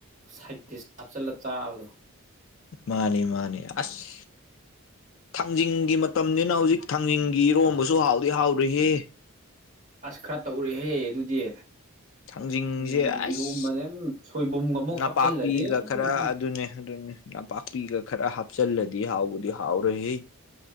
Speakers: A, on the right (about 35°); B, on the left (about 60°).
A: ꯁꯥꯏꯇꯤꯁ ꯍꯥꯞꯆꯤꯜꯂ ꯆꯥꯕꯗꯣ
B: ꯃꯥꯅꯤ ꯃꯥꯅꯤ ꯑꯁ ꯊꯥꯡꯖꯤꯡꯒꯤ ꯃꯇꯝꯅꯤꯅ ꯍꯧꯖꯤꯛ ꯊꯥꯡꯖꯤꯡꯒꯤ ꯏꯔꯣꯝꯕꯁꯨ ꯍꯥꯎꯗꯤ ꯍꯥꯎꯔꯤꯌꯦ
A: ꯑꯁ ꯈꯔ ꯇꯧꯔꯦꯍꯦ ꯑꯗꯨꯗꯤ
B: ꯊꯥꯡꯖꯤꯡꯁꯦ
A: ꯊꯥꯡꯖꯤꯡ
B: ꯑꯁ
A: ꯏꯔꯣꯝꯕꯗ ꯎꯝ ꯁꯣꯏꯕꯨꯝꯒ ꯑꯃꯨꯛ
B: ꯅꯄꯥꯛꯄꯤꯒ
A: ꯍꯥꯞꯆꯤꯜꯂꯗꯤ ꯎꯝ
B: ꯈꯔ
A: ꯎꯝ
B: ꯑꯗꯨꯅꯦ ꯑꯗꯨꯅꯦ ꯅꯄꯥꯛꯄꯤꯒ ꯈꯔ ꯍꯥꯞꯆꯜꯂꯗꯤ ꯍꯥꯎꯕꯗꯤ ꯍꯥꯎꯔꯍ